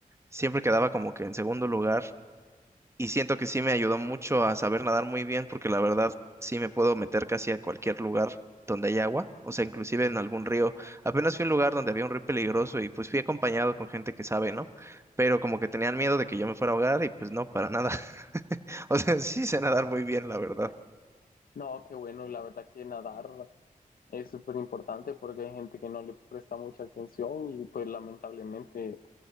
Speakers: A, on the right; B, on the left.
A: siempre quedaba como que en segundo lugar. Y siento que sí me ayudó mucho a saber nadar muy bien porque la verdad sí me puedo meter casi a cualquier lugar donde hay agua, o sea, inclusive en algún río. Apenas fui a un lugar donde había un río peligroso y pues fui acompañado con gente que sabe, ¿no? Pero como que tenían miedo de que yo me fuera a ahogar y pues no, para nada. <laughs> O sea, sí sé nadar muy bien, la verdad.
B: No, qué bueno, y la verdad que nadar es súper importante porque hay gente que no le presta mucha atención y pues lamentablemente